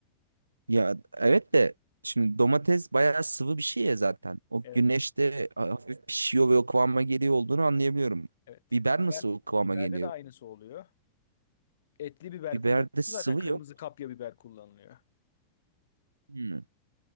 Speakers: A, on the right; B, on the left.
A: Ya evet de şimdi domates bayağı sıvı bir şey ya zaten. O
B: Evet,
A: güneşte hafif pişiyor ve o kıvama geliyor olduğunu anlayabiliyorum.
B: evet.
A: Biber
B: Biber,
A: nasıl o kıvama
B: biberde
A: geliyor?
B: de aynısı oluyor. Etli biber
A: Biberde
B: kullanıyorsun
A: sıvı
B: zaten. Kırmızı
A: yok.
B: kapya biber kullanılıyor.
A: Hmm.